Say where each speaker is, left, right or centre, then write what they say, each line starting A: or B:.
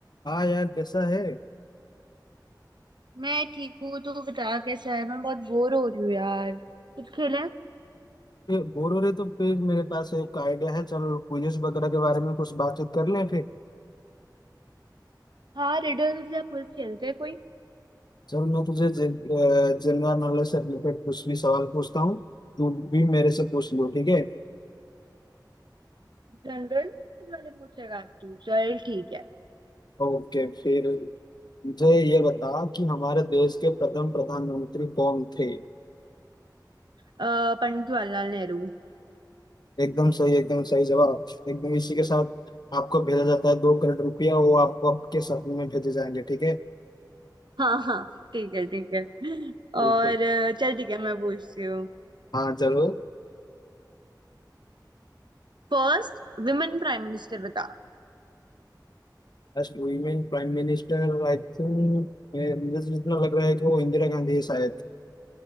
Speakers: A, on the left; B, on the right.
A: हाँ यार कैसा है
B: मैं ठीक हूँ तू बता कैसा है मैं बहुत बोर हो रही हूँ यार कुछ खेलें
A: ये बोर हो रहे तो फिर मेरे पास एक आइडिया है चलो क्विज वगैरह के बारे में कुछ बातचीत कर लें फिर
B: हाँ रिडल्स या क्विज खेलते हैं कोई
A: चल मैं तुझे जनरल नॉलेज से रिलेटेड कुछ भी सवाल पूछता हूँ तू भी मेरे से पूछ लो ठीक है
B: जनरल नॉलेज वाले पूछेगा तू चल ठीक है
A: ओके फिर मुझे ये बता कि हमारे देश के प्रथम प्रधानमंत्री कौन थे
B: अ, पंडित जवाहरलाल नेहरू
A: एकदम सही एकदम सही जवाब एकदम इसी के साथ आपको भेजा जाता है दो करोड़ रुपया वो आपको आपके साथ में भेजे जाएंगे ठीक है
B: हाँ हाँ ठीक है ठीक है और
A: बिल्कुल
B: अ, चल ठीक है मैं पूछती हूँ
A: हाँ जरूर
B: फर्स्ट विमेन प्राइम मिनिस्टर बता
A: First women prime minister I think मुझे तो जितना लग रहा है कि वो इंदिरा गांधी है शायद